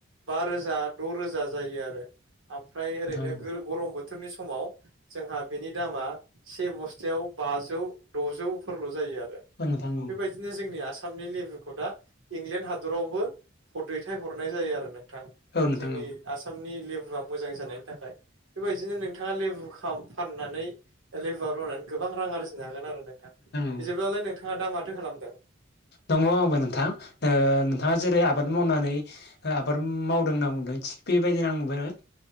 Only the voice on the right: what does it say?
बा रोजा द' रोजा जायो आरो ओमफ्राय ओरैनो
गरम बोथोरनि समाव जोंहा बेनि दामा से बस्थायाव बाजौ द'जौफोरल' जायो आरो
बिदिनो जोंनि आसामनि लेबुखौ दा इंलेण्ड हादरावबो ह दैथाय हरनाय जायो आरो नोंथां
जोंनि आसामनि लेबुआ मोजां जानायनि थाखाय बेबायदिनो नोंथाङा लेबु खा फाननानै लेबुआव मा होनो गोबां रां आरजिनो हागोन आरो नों थां
बिदिब्लालाय नोंथाङा दा माथो खालामदों?